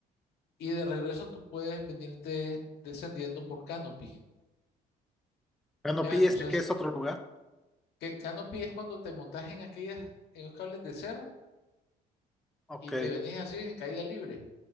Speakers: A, on the left (about 75°); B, in the centre.
A: y de regreso tú puedes venirte descendiendo por canopy.
B: Canopy,
A: Ya, entonces,
B: este que es otro lugar.
A: qué canopy es cuando te montas en aquellas, en los cables de cero
B: Ok.
A: y te venís así, en caída libre.